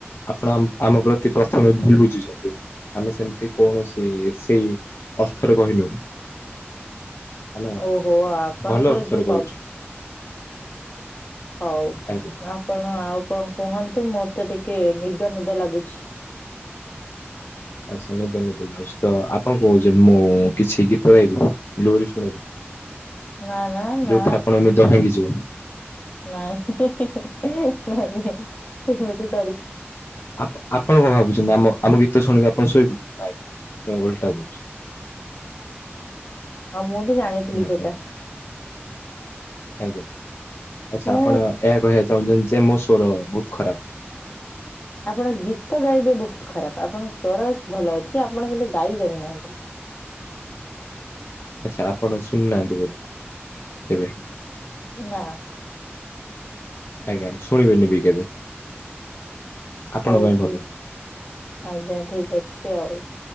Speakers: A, on the left (about 65°); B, on the left (about 40°).
A: ଆପଣ ଆମ ଆମ ପ୍ରତି ପ୍ରଥମେ ଭୁଲ ବୁଝୁଛନ୍ତି। ଆମେ ସେମିତି କୌଣସି ସେଇ ଅର୍ଥରେ କହିନୁ। ଆମେ
B: ଓହୋ ଆପଣଙ୍କର
A: ଭଲ ଅର୍ଥରେ
B: ଯୋଉ
A: କହିଛୁ
B: ପ ହଉ
A: ଆଜ୍ଞା।
B: ଆପଣ ଆଉ କଣ କୁହନ୍ତୁ ମତେ ଟିକେ ନିଦ ନିଦ ଲାଗୁଛି।
A: ଆଚ୍ଛା ନିଦନିଦ ଲାଗୁଛି ତ ଆପଣ କହୁଛନ୍ତି ମୁଁ କିଛି ଗୀତ ଗାଇବି? ଲୋରି ଶୁଣେଇବି
B: ନା ନା ନା
A: ଯୋଉଥିରେ ଆପଣ ନିଦ ଭାଙ୍ଗିଯିବ?
B: ନାଇଁ ଇ ଇ ଇ <unintelligible> ତ
A: ଆପ ଆପଣ କଣ ଭାବୁଛନ୍ତି ଆମ ଆମ ଗୀତ ଶୁଣିକି ଆପଣ ଶୋଇ ପଡିବେ ନାଇଁ ମୁଁ ଓଲଟା କହୁଛି।
B: ଆଉ ମୁଁ ବି ଜାଣିଥିଲି
A: ନାଇଁ
B: ସେଇଟା।
A: ଆଜ୍ଞା ଆଜ୍ଞା ଆଚ୍ଛା
B: ମୁଁ
A: ଆପଣ ଏହା କହିବାକୁ ଚାହୁଁଛନ୍ତି ଯେ ମୋ ସ୍ଵର ବହୁତ ଖରାପ?
B: ଆପଣ ଗୀତ ଗାଇବେ ବହୁତ ଖରାପ ଆପଣଙ୍କ ସ୍ଵର ଭଲ ଅଛି ଆପଣ କିନ୍ତୁ ଗାଇ ଜାଣିନାହାନ୍ତି।
A: ଆଚ୍ଛା ଆପଣ ଶୁଣିନାହାନ୍ତି ବୋଧେ କେବେ?
B: ନା।
A: ଆଜ୍ଞା ଶୁଣିବେନି ବି କେବେ? ଆପଣଙ୍କ
B: ହଉ
A: ପାଇଁ
B: ଠିକ
A: ଭଲ
B: ଆଜ୍ଞା ଠିକ ଅଛି ଆଉ